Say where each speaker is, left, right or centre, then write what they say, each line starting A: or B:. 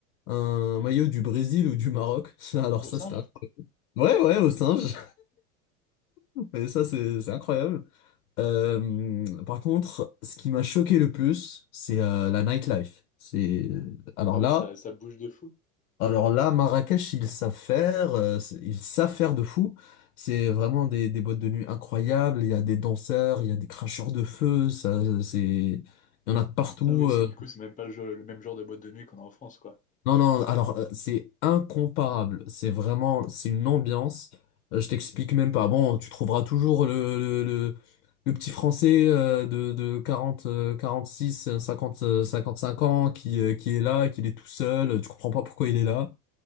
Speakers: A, on the left; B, on the left.
A: un maillot du Brésil ou du Maroc. <laughs> Alors
B: Au
A: ça,
B: singe?
A: c'était incroyable. Ouais, ouais, aux singes. <laughs> Et ça, c'est, c'est incroyable. Euh, par contre, ce qui m'a choqué le plus, c'est euh, la nightlife. C'est, alors
B: Ah oui,
A: là.
B: ça, ça bouge de fou.
A: Alors là, Marrakech, ils savent faire, euh, c'est- ils savent faire de fou. C'est vraiment des, des boîtes de nuit incroyables. Il y a des danseurs, il y a des cracheurs de feu. Ça, c'est, il y en a de partout.
B: Putain, oui, c'est
A: euh.
B: du coup, c'est même pas le, jeu- le même genre de boîte de nuit qu'on a en France, quoi.
A: Non, non. Alors euh, c'est incomparable. C'est vraiment, c'est une ambiance. Euh, je t'explique même pas. Bon, tu trouveras toujours le le, le, le petit Français euh, de de 40 euh, six cinquante euh, cinq ans qui euh, qui est là, qui est tout seul. Tu comprends pas pourquoi il est là.